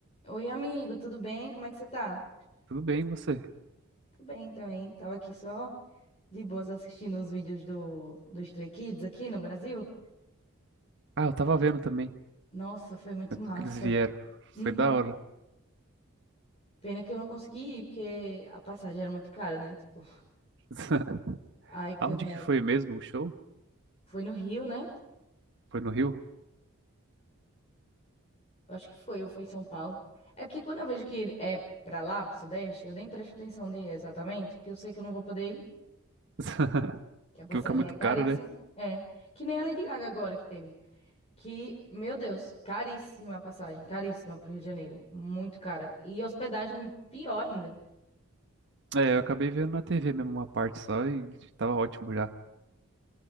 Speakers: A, on the left; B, on the right.
A: Oi, amigo, tudo bem? Como é que você tá?
B: Tudo bem, e você?
A: Tô bem também. Tava aqui só de boas assistindo os vídeos do, do Stray Kids aqui no Brasil.
B: Ah, eu tava vendo também
A: Nossa, foi muito
B: né,
A: massa.
B: que eles vieram.
A: Uhum.
B: Foi da hora.
A: Pena que eu não consegui ir, porque a passagem era muito cara, né? Tipo,
B: <laughs>
A: I could
B: Aonde
A: never.
B: que foi mesmo o show?
A: Foi no Rio, né?
B: Foi no Rio?
A: Eu Acho que foi, ou foi em São Paulo. É porque quando eu vejo que é pra lá, pro Sudeste, eu nem presto atenção de exatamente, porque eu sei que eu não vou poder ir,
B: <laughs>
A: que a passagem
B: Que fica muito
A: é caríssima.
B: caro, né?
A: É, que nem a Lady Gaga agora que teve. Que, meu Deus, caríssima a passagem, caríssima pro Rio de Janeiro, muito cara. E hospedagem pior ainda.
B: É, eu acabei vendo na TV mesmo uma parte só e tava ótimo já.